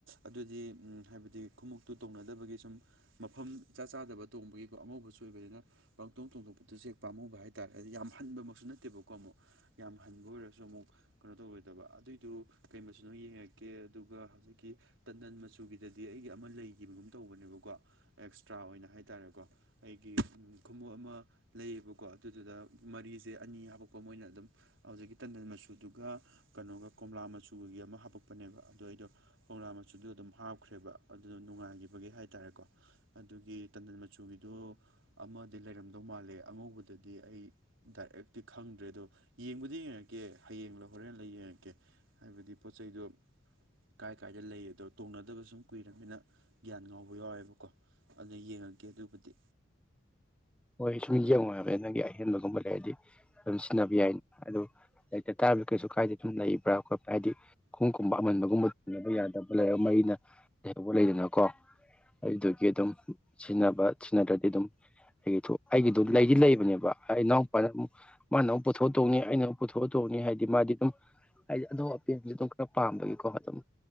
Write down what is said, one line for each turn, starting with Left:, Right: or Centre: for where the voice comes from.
Right: ꯑꯗꯨꯗꯤ ꯍꯥꯏꯕꯗꯤ ꯈꯨꯎꯇꯨ ꯇꯧꯅꯗꯕꯒꯤ ꯁꯨꯝ ꯃꯐꯝ ꯏꯆꯥ ꯆꯥꯗꯕ ꯇꯣꯡꯕꯒꯤꯀꯣ ꯑꯉꯧꯕꯁꯨ ꯑꯣꯏꯕꯅꯤꯅ ꯄꯥꯡꯇꯣꯛ ꯊꯣꯡꯗꯣꯛꯄꯗꯨꯁꯨ ꯍꯦꯛ ꯄꯥꯝꯨꯕ ꯍꯥꯏꯇꯥꯥꯔꯦ ꯍꯥꯏꯗꯤ ꯌꯥꯝ ꯍꯟꯕꯃꯛꯁꯨ ꯅꯠꯇꯦꯕꯀꯣ ꯑꯃꯨꯛ ꯌꯥꯝ ꯍꯟꯕ ꯑꯣꯏꯔꯁꯨ ꯑꯃꯨꯛ ꯀꯩꯅꯣ ꯇꯧꯔꯣꯏꯗꯕ ꯑꯗꯨꯏꯗꯨ ꯀꯩꯃꯁꯨ ꯅꯣ ꯌꯦꯡꯉꯛꯀꯦ ꯑꯗꯨꯒ ꯍꯧꯖꯤꯛꯀꯤ ꯇꯟꯗꯟ ꯃꯆꯨꯒꯤꯗꯗꯤ ꯑꯩꯒꯤ ꯑꯃ ꯂꯩꯈꯤꯕꯒꯨꯝ ꯇꯧꯕꯅꯦꯕꯀꯣ ꯑꯦꯛꯁꯇ꯭ꯔꯥ ꯑꯣꯏꯅ ꯍꯥꯏꯇꯥꯥꯔꯦꯀꯣ ꯑꯩꯒꯤ ꯈꯨꯎꯨꯞ ꯑꯃ ꯂꯩꯌꯦꯕꯀꯣ ꯑꯗꯨꯗꯨꯗ ꯃꯔꯤꯁꯦ ꯑꯅꯤ ꯍꯥꯕꯛꯀꯣ ꯃꯣꯏꯅ ꯑꯗꯨꯝ ꯍꯧꯖꯤꯛꯀꯤ ꯇꯟꯗꯟ ꯃꯆꯨꯗꯨꯒ ꯀꯩꯅꯣꯒ ꯀꯣꯝꯂꯥ ꯃꯆꯨꯒꯒꯤ ꯑꯃ ꯍꯥꯞꯄꯛꯄꯅꯦꯕ ꯑꯗꯨꯗꯣ ꯑꯩꯗꯣ ꯄꯧꯅꯥ ꯃꯆꯨꯗꯨ ꯑꯗꯨꯝ ꯍꯥꯞꯈ꯭ꯔꯦꯕ ꯑꯗꯨꯗ ꯅꯨꯡꯉꯥꯏꯈꯤꯕꯒꯤ ꯍꯥꯏꯇꯥꯔꯦꯀꯣ ꯑꯗꯨꯒꯤ ꯇꯟꯗꯟ ꯃꯆꯨꯒꯤꯗ ꯑꯃꯗꯤ ꯂꯩꯔꯝꯗꯧ ꯃꯥꯜꯂꯦ ꯑꯉꯧꯕꯗꯗꯤ ꯑꯩ ꯗꯥꯏꯔꯦꯛꯇꯤ ꯈꯪꯗ꯭ꯔꯦ ꯑꯗꯣ ꯌꯦꯡꯕꯨꯗꯤ ꯌꯦꯡꯉꯛꯀꯦ ꯍꯌꯦꯡꯂꯡꯂ ꯍꯣꯔꯦꯟ ꯂꯩ ꯌꯦꯡꯉꯛꯀꯦ ꯍꯥꯏꯕꯗꯤ ꯄꯣꯠ ꯆꯩꯗꯣ ꯀꯥꯏ ꯀꯥꯏꯗ ꯂꯩ ꯑꯗꯣ ꯇꯣꯡꯅꯗꯕ ꯁꯨꯝ ꯀꯨꯏꯔꯕꯅꯤꯅ ꯒ꯭ꯌꯥꯟ ꯉꯥꯎꯕ ꯌꯥꯎꯋꯦꯕꯀꯣ ꯑꯗꯨ ꯌꯦꯡꯉꯒꯦ ꯑꯗꯨꯕꯨꯗꯤ
Centre: ꯍꯣꯏ ꯁꯨꯝ ꯃꯤ ꯌꯦꯡꯉꯣ ꯍꯥꯏꯕ ꯅꯪꯒꯤ ꯑꯍꯦꯟꯕꯒꯨꯝꯕ ꯂꯩꯔꯗꯤ ꯑꯗꯨꯝ ꯁꯤꯖꯤꯟꯅꯕ ꯌꯥꯏ ꯑꯗꯨꯝ ꯂꯩꯇ ꯇꯥꯔꯗꯤ ꯀꯩꯁꯨ ꯀꯥꯏꯗꯦ ꯑꯗꯨꯝ ꯂꯩꯕ꯭ꯔꯥ ꯈꯣꯠꯄ ꯍꯥꯏꯗꯤ ꯈꯣꯡꯎꯞꯀꯨꯝꯕ ꯑꯃꯟꯕꯒꯨꯝꯕ ꯇꯣꯡꯕ ꯌꯥꯗꯕ ꯂꯩꯔꯒ ꯃꯔꯤꯅ ꯂꯩꯍꯧꯕ ꯂꯩꯗꯅꯀꯣ ꯑꯗꯨꯗꯨꯒꯤ ꯑꯗꯨꯝ ꯁꯤꯖꯤꯟꯅꯕ ꯁꯤꯟꯅꯗꯔꯗꯤ ꯑꯗꯨꯝ ꯑꯩꯒꯤꯗꯣ ꯑꯩꯒꯤꯗꯣ ꯂꯩꯗꯤ ꯂꯩꯕꯅꯦꯕ ꯑ ꯏꯅꯥꯎꯄꯥꯅ ꯑꯃꯨꯛ ꯃꯥꯅ ꯑꯃꯨꯛ ꯄꯨꯊꯣꯛꯑ ꯇꯧꯅꯤ ꯑꯩꯅ ꯑꯃꯨꯛ ꯄꯨꯊꯣꯛꯑ ꯇꯧꯅꯤ ꯍꯥꯏꯗꯤ ꯃꯥꯗꯤ ꯑꯗꯨꯝ ꯍꯥꯏꯗꯤ ꯑꯅꯥꯎ ꯑꯄꯦꯟꯁꯦ ꯑꯗꯨꯝ ꯈꯔ ꯄꯥꯝꯕꯒꯤꯀꯣ ꯑꯗꯨꯝ